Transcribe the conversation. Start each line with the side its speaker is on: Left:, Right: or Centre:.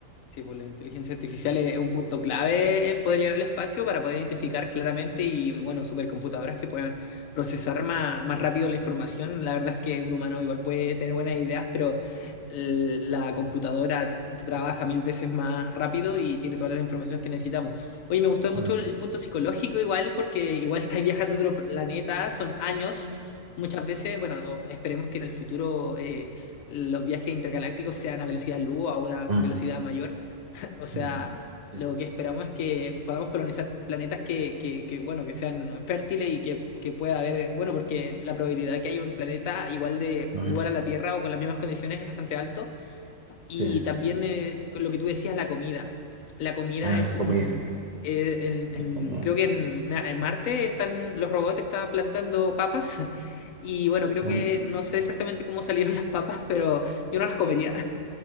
Left: Sí, pues la inteligencia artificial es es un punto clave en poder llegar al espacio para poder identificar claramente y, bueno, supercomputadoras que puedan procesar más, más rápido la información. La verdad es que un humano igual puede tener buenas ideas, pero eh, la computadora trabaja mil veces más rápido y tiene toda la información que necesitamos. Oye, me gustó mucho
Right: Mm,
Left: el punto psicológico igual, porque igual estáis viajando a otro planeta, son años. Muchas veces, bueno, esperemos que en el futuro eh, los viajes intergalácticos sean a velocidad luz o a una
Right: mm,
Left: velocidad mayor <laughs> O sea,
Right: mm,
Left: lo
Right: mm,
Left: que esperamos es que podamos colonizar planetas que, que, que, bueno, que sean fértiles y que, que pueda haber, bueno, porque la probabilidad de que haya un planeta igual de,
Right: mm,
Left: igual a la Tierra o con las mismas condiciones es bastante alto.
Right: sí.
Left: Y también eh, con lo que tú decías, la comida. La comida
Right: Ah,
Left: es un
Right: comida.
Left: eh, en- en-
Right: como-
Left: creo que en, en Marte están los robots están plantando papas <laughs> y bueno, creo
Right: <laughs>
Left: que no sé exactamente cómo salieron las papas, pero yo no las comería